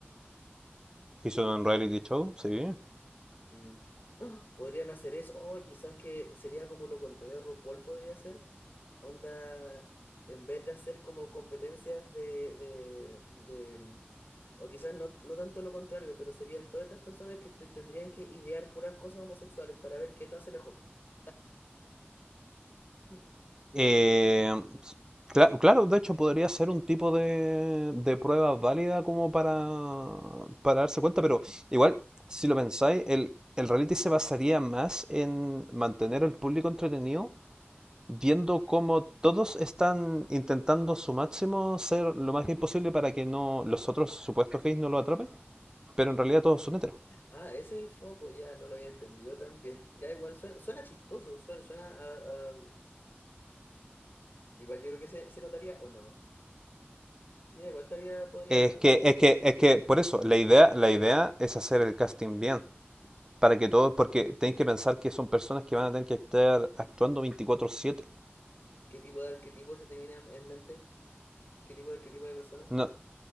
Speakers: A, on the right (about 20°); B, on the left (about 50°).
A: Hizo un reality show, sí.
B: Mm. <gasps> ¡Ah! Podrían hacer eso. o quizás que sería como lo contrario RuPaul podría hacer. Onda, en vez de hacer como competencias de, de, de, mm, o quizás no, no tanto lo contrario, pero serían todas estas personas que te- tendrían que idear puras cosas homosexuales para ver quién lo hace mejor. <laughs> Mm.
A: Eh,
B: Y vendría,
A: cla- claro, de hecho podría ser un tipo de, de prueba válida como para, para darse cuenta, pero igual, si lo pensáis, el, el reality se basaría más en mantener al público entretenido, viendo cómo todos están intentando su máximo ser lo más gay posible para que no los otros supuestos gays no lo atrapen, pero en realidad todos son heteros.
B: Ah, ese es el foco, ya no lo había entendido tan bien. <laughs> Ya igual suena, suena chistoso, suena, suena a- a- <laughs> Igual yo creo que se, se notaría o no. Mira, igual estaría, podría
A: Es que,
B: ser
A: es que,
B: interesante
A: es que,
B: la idea.
A: por eso, la idea, la idea es hacer el casting bien, para que todos, porque tenéis que pensar que son personas que van a tener que estar actuando veinticuatro siete
B: ¿Qué tipo de arquetipo se te viene a- en mente? ¿Qué tipo de arquetipo de persona?
A: No,